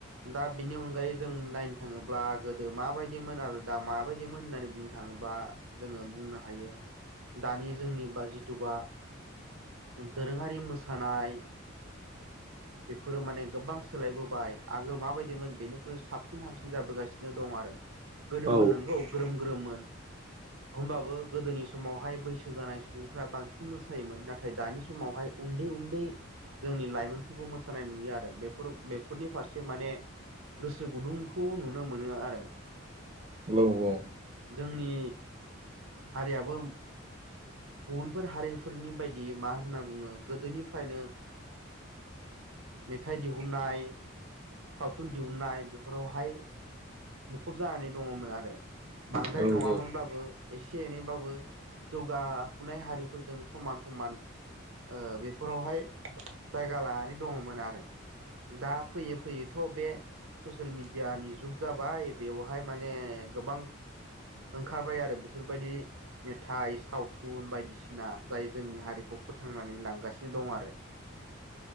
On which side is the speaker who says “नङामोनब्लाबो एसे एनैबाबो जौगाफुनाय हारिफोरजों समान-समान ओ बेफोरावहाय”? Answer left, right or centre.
Right